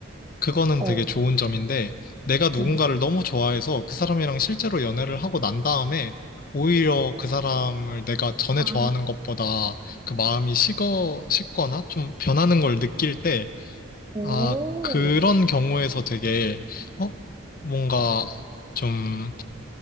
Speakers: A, on the left; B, on the right.
A: 그거는
B: 어,
A: 되게 좋은 점인데 내가 누군가를
B: 응
A: 너무 좋아해서 그 사람이랑 실제로 연애를 하고 난 다음에 오히려 그 사람을 내가 전에
B: 아,
A: 좋아하는 것보다 그 마음이 식어, 식거나 좀 변하는 걸 느낄 때,
B: 오,
A: 아, 그런 경우에서 되게, 어? 뭔가 좀